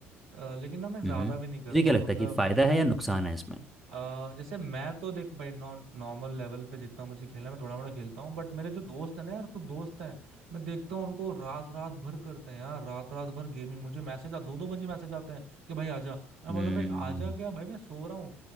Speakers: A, on the right (about 65°); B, in the centre.
A: अ, लेकिन ना मैं ज्यादा
B: हम्म तुझे
A: भी नहीं करता
B: क्या
A: हूँ
B: लगता
A: मतलब
B: है कि फायदा है या नुकसान है इसमें
A: अ जैसे मैं तो देखो भाई नॉन नॉर्मल लेवल पे जितना मुझे खेलना है, मैं थोड़ा मोड़ा खेलता हूँ बट मेरे जो दोस्त है ना यार कुछ दोस्त हैं मैं देखता हूँ उनको रात रात भर करते हैं यार रात रात भर गेमिंग मुझे मैसेज आ दो दो बजे मैसेज आते हैं कि भाई आजा मैं
B: हम्म
A: बोला भाई आजा क्या भाई मैं सो रहा